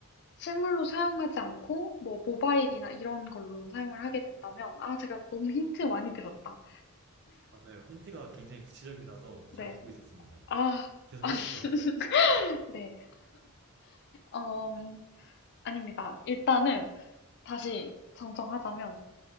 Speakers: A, on the left; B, on the right.
A: 실물로 사용하지 않고, 뭐, 모바일이나 이런 걸로 사용을 하게 된다면, 아, 제가 너무 힌트 많이 들었다.
B: 맞아요. 힌트가 굉장히 구체적이라서
A: 네.
B: 잘 듣고 있었습니다.
A: 아,
B: 계속
A: 아,
B: 하시죠.
A: <laughs> 네. 음, 아닙니다. 일단은 다시 정정하자면,